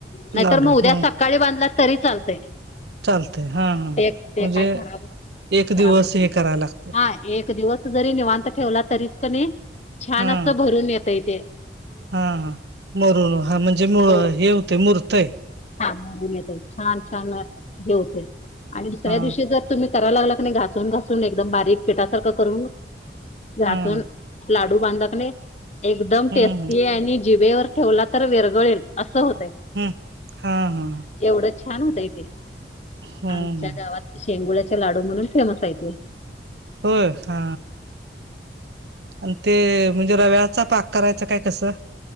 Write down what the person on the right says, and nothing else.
लाडू
ह
चालतय हा हा
म्हणजे
एक
दिवस
हे
करायला लागते
हा
हा मरून हा म्हणजे मळ
हे होतंय मूर्तय
हा
हम्म
हम्म
हम्म हा हा.
हम्म
होय हा आणि ते म्हणजे रव्याचा पाक करायचं काय कसं?